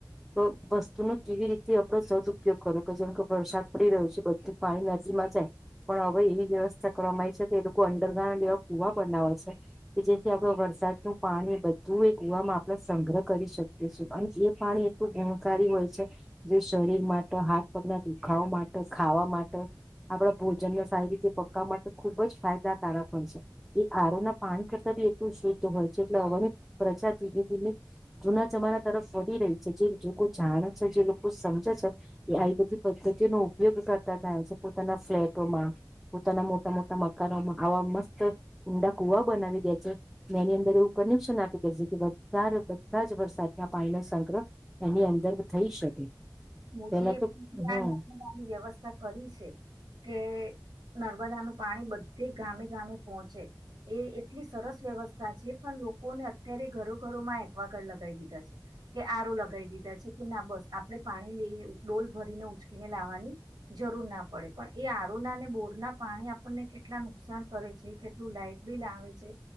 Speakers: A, in the centre; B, on the right.
A: તો વસ્તુ ન કેવી રીતે આપડો સદ ઉપયોગ કરો કે જેમ કે વરસાદ પડી રહ્યો છે બધું પાણી નદીમાં જાય પણ હવે એવી વ્યવસ્થા કરવામાં આવી છે કે એ લોકો અંડરગ્રાઉન્ડ એવા કુવા બનાવે છે કે જેથી આપણે વરસાદનું પાણી બધું એ કુવામાં આપણે સંગ્રહ કરી શકીએ છ અને એ પાણી એટલું ગણકારી હોય છે જે શરીર માટે, હાથ-પગના દુખાવ માટે, ખાવા માટે, આપડા ભોજનને સારી રીતે પકવવા માટે ખુબ જ ફાયદાકારક હો છે. એ આરોના પાણી કરતા બી એટલું શુદ્ધ હોય છે એટલે હવાની પ્રજા ધીમે ધીમે જૂના જમાના તરફ વળી રહી છે જે લોકો જાણે છે જે લોકો સમજે છે એ આવી બધી પદ્ધતિનો ઉપયોગ કરતા થાય છે પોતાના ફ્લેટોમાં પોતાના મોટા મોટા મકાનોમાં આવા મસ્ત ઊંડા કુવા બનાવી દે છે એની અંદર એવું કનેક્શન આપી દે છે કે વધારે બધા જ વરસાદના પાણીનો સંગ્રહ એની અંદર થઈ શકે.
B: મોદી
A: પેલા
B: એ
A: તો
B: પણ
A: હમ
B: આ નની વ્યવસ્થા કરી છે કે નર્મદાનું પાણી બધે ગામે ગામે પહોંચે એ એટલી સરસ વ્યવસ્થા છે પણ લોકોને અત્યારે ઘરો ઘરોમાં એકવાગાર લગાવી દીધા છે કે આરો લગાવી દીધા છે કે ના બસ આપણેે પાણી લ ડોલ ભરીને ઉચકીને લાવવાની જરૂર ના પડે પણ એ આરોના અને બોરના પાણી આપણને કેટલા નુકસાન કરે છે કેટલું લાાઈટ બિલ આવે છે